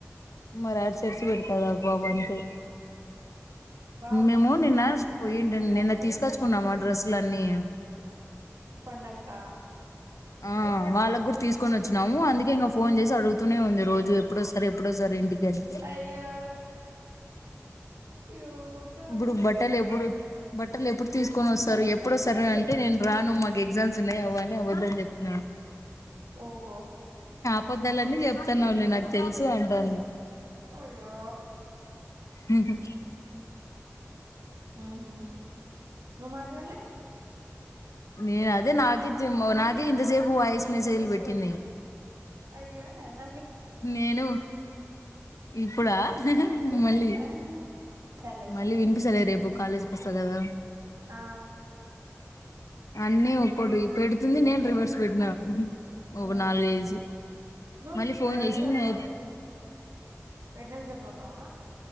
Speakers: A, on the left; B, on the right.
A: మార్ అరుసరిసి పెడతది ఆ పాప అంతే
B: బాగా వినిపిస్తాయి
A: మేము నిన్న
B: మాటలు
A: పోయింటి
B: ముద్దు ముద్దుగా
A: నిన్న తీసుకొచ్చుకున్నాము ఆ డ్రెస్సులు అన్నీ
B: పండక్కా
A: ఆ వాళ్ళకు కూడా తీసుకొని వచ్చినాము అందుకే ఇంకా ఫోన్ చేసి అడుగుతూనే ఉంది రోజు ఎప్పుడొస్తారు ఎప్పుడొస్తారు ఇంటికి అని
B: అయ్యో క్యూట్
A: ఇప్పుడు
B: అని
A: బట్టలు ఎప్పుడు బట్టలు ఎప్పుడు తీసుకొని వస్తారు ఎప్పుడు వస్తారని అంటే నేను రాను మాకు ఎగ్జామ్స్ ఉన్నాయి అవ్వ అని అబద్ధం చెప్తు అ
B: ఓహో
A: అబద్ధాలన్నీ చెప్తున్నావులే నాకు తెలుసు అంటుంది
B: అయ్యో
A: ఊహూ
B: ఊహూ నువ్ మాట్లాడలా
A: నేను అదే నాకే నాకే ఇంతసేపు వాయిస్ మెసేజ్లు పెట్టింది
B: అయ్యో ఎన
A: నేను ఇప్పుడా మళ్ళీ
B: ఆ సర్లే
A: మళ్ళీ
B: సర్లే
A: వినిపిస్తలే రేపు కాలేజీకి వస్తా కదా
B: ఆ
A: అన్నీ ఒకటి
B: ఎప్పుడు
A: పెడుతుంది నేను రివర్స్ పెట్టినా ఒక
B: ఉమ్
A: నాలుగు ఐదు
B: నువ్వు
A: మళ్ళీ ఫోన్
B: వెడ్నెస్డే
A: చేసింది నే
B: పో వెడ్నెస్డే పోతావా